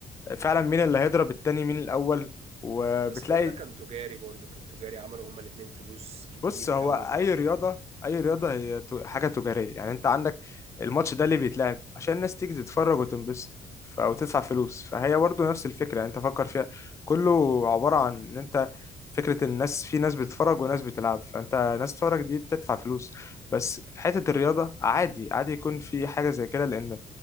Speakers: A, on the left (about 20°); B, on the right (about 45°).
A: فعلا مين اللي هيضرب التاني مين الاول وبتلاقي
B: بس كل ده كان تجاري برضو كان تجاري عملوا هما الاتنين فلوس كتير
A: بص هو
B: قوي
A: اي
B: من الحوار
A: رياضه
B: ده
A: اي رياضه هي ت- حاجه تجاريه يعني انت عندك الماتش ده ليه بيتلعب عشان الناس تيجي تتفرج وتنبسط ف- وتدفع فلوس فهي برضه نفس الفكره يعني انت فكر فيها كله عباره عن ان انت فكره الناس في ناس بتتفرج وناس بتلعب فانت ناس تتفرج دي بتدفع فلوس بس في حته الرياضه عادي عادي يكون في حاجه زي كده لان